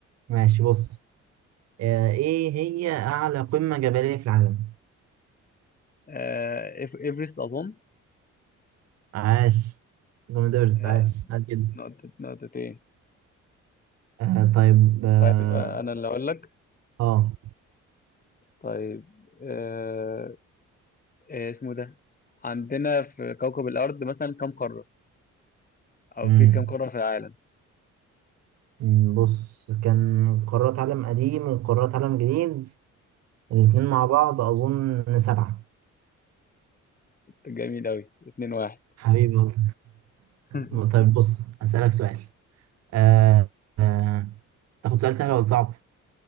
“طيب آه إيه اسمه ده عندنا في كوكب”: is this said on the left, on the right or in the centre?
Left